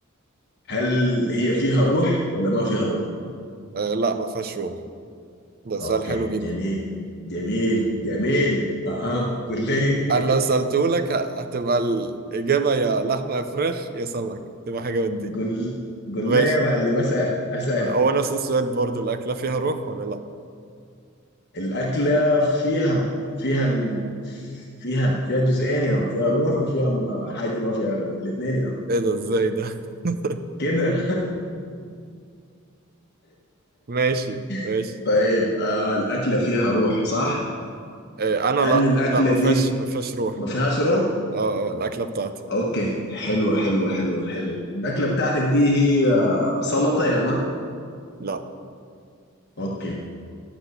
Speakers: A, on the left (about 55°); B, on the right (about 45°).
A: هل هي فيها روح ولا ما فيها روح؟
B: آه، لا ما فيهاش روم ده سؤال
A: اوكي
B: حلو جدا
A: جميل جميل جميل اها قول لي
B: أنا لو سألته لك ه- هتبقى الإجابة يا لحمة يا فراخ يا سمك تبقى حاجة من دي
A: <laughs> قول قول
B: ماشي
A: لي يا معلم اسأل اسأل
B: هو نفس السؤال برضو الأكلة فيها روح ولا لا؟
A: الأكلة فيها فيها ال... فيها فيها جزئين يا عم. فيها روح وفيها ما- حاجة ما فيها روح الاثنين يا عم.
B: إيه ده إزاي ده؟ <laughs>
A: كده
B: ماشي ماشي
A: <laughs> طيب آه الأكلة فيها روح صح؟
B: آه، أنا
A: هل
B: لا
A: الأكلة
B: لا ما
A: دي
B: فيهاش ما فيهاش روح
A: ما فيهاش روح؟
B: اه آه، الأكلة بتاعتي
A: أوكي حلوة حلوة حلوة حلوة الأكلة بتاعتك دي هي آه، سلطة يا مان؟
B: لا
A: أوكي